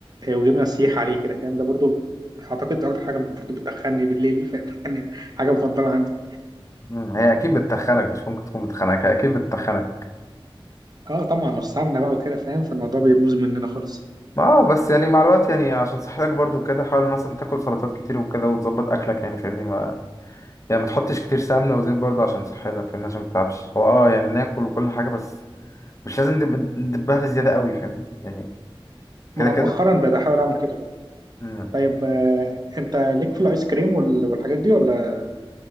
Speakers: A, on the right; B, on the left.
A: آه وجبنه سيح عليه كده فاهم ده برضو اعتقد ده اكتر حاجه برضو بتدخلني بالليل فاهم <laughs> يعني حاجه مفضله عندي
B: مم، هي اكيد بتتخنك مش ممكن تكون بتخنك هي اكيد بتتخنك
A: اه طبعا والسمنه بقى وكده فاهم فالموضوع بيبوظ مننا خالص
B: اه بس يعني مع الوقت يعني عشان صحتك برضو وكده حاول مثلا تاكل سلطات كتير وكده وتظبط اكلك يعني فاهمني ما يعني ما تحطش كتير سمنه وزيت برضو عشان صحتك فاهمني عشان ما تتعبش هو اه يعني ناكل وكل حاجه بس مش لازم ندب- ندبها بزياده قوي فاهمني يعني كده
A: ما انا
B: كده
A: مؤخرا بقيت احاول اعمل كده بقى.
B: مم.
A: طيب آه انت ليك في الايس كريم وال- والحاجات دي ولا